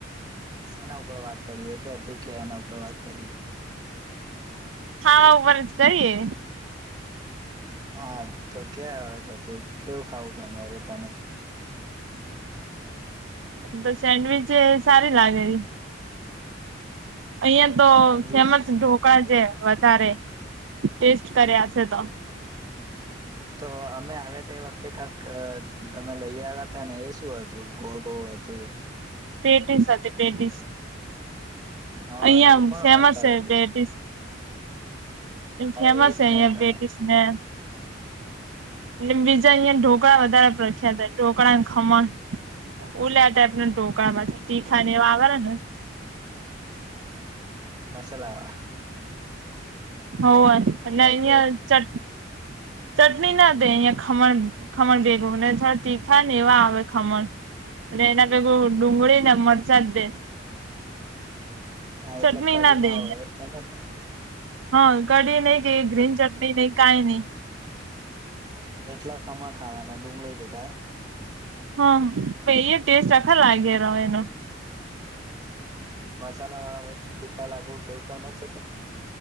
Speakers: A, on the right; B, on the right.
A: સેના ઉપર વાત કરીએ, કે તુ કે એના ઉપર વાત કરીએ.
B: હા! ઉપર જ કરીએ.
A: હા, તો ક્યા અવે તો તું, કેવું ખાવું ગમે રે તને?
B: એમ તો સેન્ડવીચે સારી લાગેલી. અહિયાં તો
A: સેન્ડવીચ
B: ફેમસ ધોકડા જ છે વધારે ટેસ્ટ કર્યાસે તો
A: તો અમે આવ્યા તે વખતે કાંક તમે લઈ આવ્યાતા ને, એ શું હતું ગોળ ગોળ? તો એ
B: પેટી સાથે પેટીસ
A: હા
B: અહિયાં
A: એ પણ
B: ફેમસ
A: વખર હતી
B: પેટીસ
A: હા
B: ફેમસ
A: એજ
B: હૈ
A: ને તમે
B: પેટીસ ને એટ બીજા અહિયાં ઢોકળા વધારે પ્રખ્યાત ઢોકળા ખમણ ઉલાતા ઢોકળા પાછા તીખા ને એવારા ને
A: ખની વાય મસાલાાર
B: હો એટ અહીયા
A: જે
B: ચ ચટણી ના દે અહિયાયા ખમણ ખમણ ભેગું ને થડા તીખા ને એવા આવે ખમણ અને એના ભેગુ ડુંગળી ને મરસાદ દે
A: હા
B: ચટણી
A: એટલે કઢી ના
B: દે
A: હોય એમે
B: હા કઢી નહી કે ગ્રીન ચટણી નહી કાઈ નહી
A: એટલા ખમા ખાવાના ડુંગળી ભેગાય
B: હા પ એ ટેસ્ટ અખર લાગે રો એનો
A: મસાલા વાળા વ તીખા લાગવ એવું કાઈ નથી